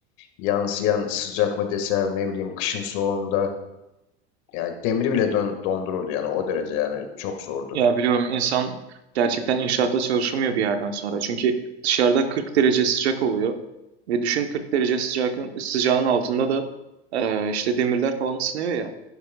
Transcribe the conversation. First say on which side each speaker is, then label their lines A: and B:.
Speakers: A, on the left; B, on the right.
A: yansıyan sıcak mı desem ne bileyim kışın soğuğunda yani demiri bile don- dondururdu yani o derece yani çok zordu.
B: Ya biliyorum insan gerçekten inşaatta çalışamıyor bir yerden sonra. Çünkü dışarıda 40 derece sıcak oluyor. Ve düşün 40 derece sıcak, sıcağın altında da e, işte demirler falan ısınıyor ya.